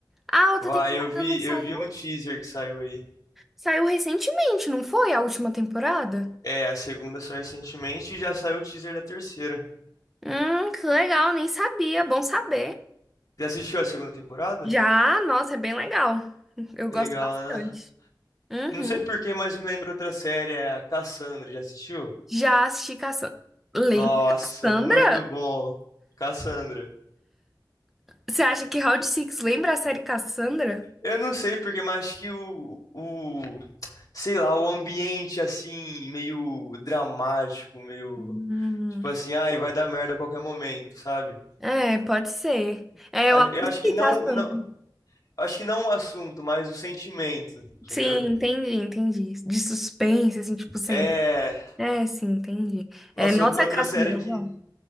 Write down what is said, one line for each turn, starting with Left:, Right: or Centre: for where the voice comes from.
Centre: Ah, A outra
Left: Vai,
Centre: temporada
Left: eu vi,
Centre: não saiu?
Left: eu vi um teaser que saiu aí.
Centre: Saiu recentemente, não foi? A última temporada?
Left: É, a segunda saiu recentemente e já saiu o teaser da terceira.
Centre: Hum, que legal, nem sabia, bom saber.
Left: Já assistiu a segunda temporada?
Centre: Já, nossa, é bem legal. Eu
Left: Legal,
Centre: gosto bastante.
Left: né?
Centre: Uhum.
Left: Não sei por que, mas me lembra outra série, é a Cassandra, já assistiu?
Centre: Já assisti Cassandra. Lembra
Left: Nossa,
Centre: Cassandra?
Left: muito bom. Cassandra.
Centre: Você acha que Round Six lembra a série Cassandra?
Left: Eu não sei porque, mas acho que o, o, sei lá, o ambiente assim, meio dramático, meio,
Centre: Hum,
Left: tipo assim, ai, vai dar merda a qualquer momento, sabe?
Centre: é, pode ser. É,
Left: A-
Centre: eu assisti
Left: Eu acho que não,
Centre: Cassandra.
Left: não, acho que não o assunto, mas o sentimento, entendeu?
Centre: Sim, entendi, entendi. De suspense, assim, tipo, sem.
Left: É,
Centre: É, sim, entendi.
Left: nossa,
Centre: É, nossa,
Left: outra
Centre: Cassandra,
Left: série
Centre: não.
Left: que,